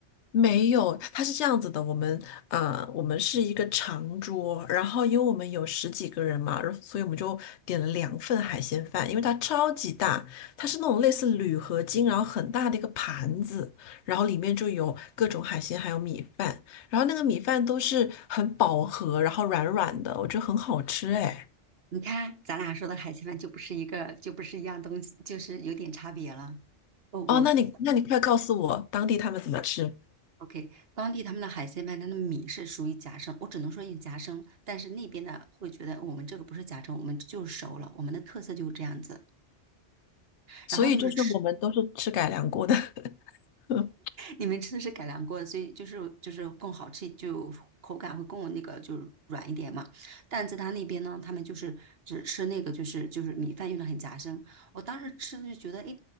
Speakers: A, on the left; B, on the right.
A: 没有，它是这样子的，我们呃，我们是一个长桌，然后因为我们有十几个人嘛，然后所以我们就点了两份海鲜饭，因为它超级大，它是那种类似铝合金，然后很大的一个盘子，然后里面就有各种海鲜，还有米饭，然后那个米饭都是很饱和，然后软软的，我觉得很好吃哎。
B: 你看咱俩说的海鲜饭就不是一个就不是一样东西，就是有点差别了。哦，我。
A: 哦，那你那你快告诉我当地他们怎么吃？
B: OK，当地他们的海鲜饭，它的米是属于夹生，我只能说用夹生，但是那边呢会觉得哦我们这个不是夹生，我们就是熟了，我们的特色就是这样子。
A: 所以就是我们都是吃改良过的，
B: 然后就是吃
A: <laughs>
B: 你们吃的是改良过的，所以就是就是更好吃，就口感会更那个就是软一点嘛。但在他那边呢，他们就是只吃那个就是就是米饭用的很夹生。我当时吃的就觉得，哎，